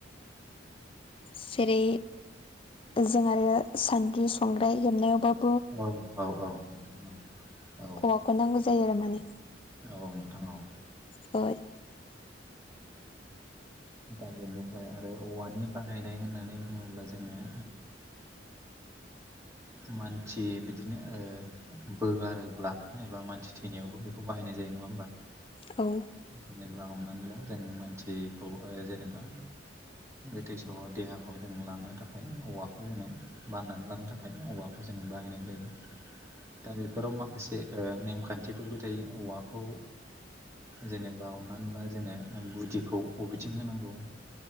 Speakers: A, on the left; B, on the right.
A: जेरै जों आरो सान्द्रि संग्राय हेबनायावबो
B: औ औ औ ना औ
A: औवाखौ नांगौ जायो आरो माने
B: औ औ नोंथां औ
A: <inaudible>
B: गामिरनिफ्राय आरो औवानि बाहायनाय होननानै बुङोब्ला जोङो मानसि बिदिनो बोगारोब्ला एबा मानसि थैनायावबो बेखौ बाहायनाय जायो नङा होमबा
A: औ
B: जेनेबा हमनानै ला जों मोनथियिखौ जेनेबा गोथैसा देहाखौ जों लांनो थाखाय औवाखौ जोङो बाननानै लांनो थाखाय औवाखौ जोङो बाहायनाय जायो दा बेफोराव माखासे नेमखान्थिफोरबो थायो औवाखौ जेनेबा हमनानै ला जोङो गुदिखौ बबेथिं होनांगौ